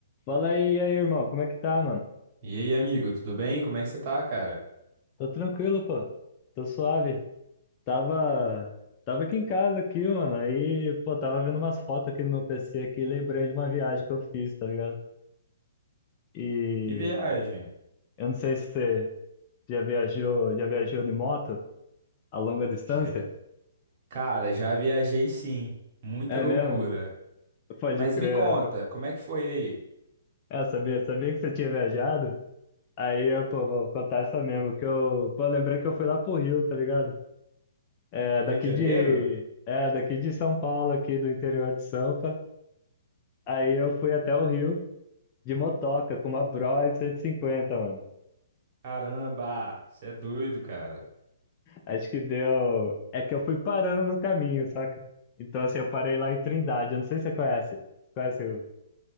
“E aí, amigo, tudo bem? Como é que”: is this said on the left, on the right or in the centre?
Right